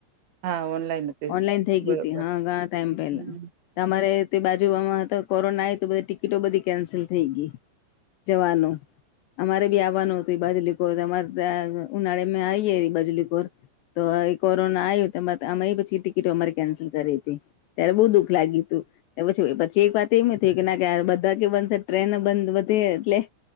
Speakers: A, on the right (about 65°); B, on the left (about 75°).
A: હા ઓનલાઈન હતી
B: ઓનલાઈન થઈ
A: બરોબર
B: ગય હતી હા ઘણા ટાઈમ પેલા
A: હમ
B: તમારે તે બાજુમાં કોરોના આ તો બધી ટિકિટો બધી કેન્સલ થઈ ગઈ જવાનુ અમારે બી આવવાનું હતુ, બાજલીખોર અમારે ત્યા ઉનાળે આ બાજલીખોર તો કોરોના આવ અમે પછી ટિકિટો અમારી કેન્સલ કરી હતી. ત્યારે બહુ દુઃખ લાગ્યું તુ પછી પછી એક વાત એમ થ કે ના કે બધા કે બંધ છે, ટ્રેન બંધ વધી એટલે